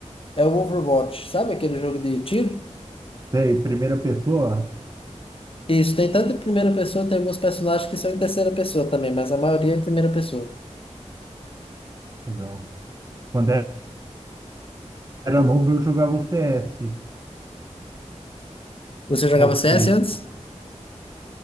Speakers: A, on the left; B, on the right.
A: é o Overwatch. Sabe aquele jogo de tiro?
B: Sei, primeira pessoa?
A: Isso, tem tanto em primeira pessoa, tem alguns personagens que são em terceira pessoa também, mas a maioria é em primeira pessoa.
B: Legal. Quando era novo, eu jogava o CS
A: Você jogava CS
B: seis.
A: antes?